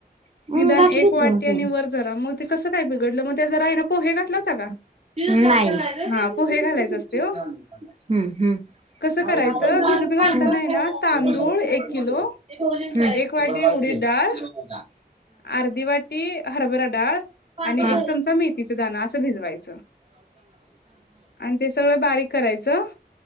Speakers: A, on the right; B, on the left.
A: हम्म
B: निदान
A: घातली
B: एक
A: होती
B: वाटी
A: मग तेवढी.
B: वर जरा मग ते कस काय बीगडल ते जरा आहे ना पोहे घातलं होतं का <unintelligible>
A: नाही.
B: हा पोहे घालायच
A: हम्,
B: असते हो
A: हम्,
B: कसं करायचं भिजत घालताना आहे ना
A: हम,
B: तांदूळ एक किलो
A: हम.
B: एक वाटी उडीद डाळ अर्धी वाटी हरभरा डाळ,
A: पांढरं
B: आणि एक चमचा मेथीचे दाण असं भिजवायचं. आणि ते सगळं बारीक करायचं,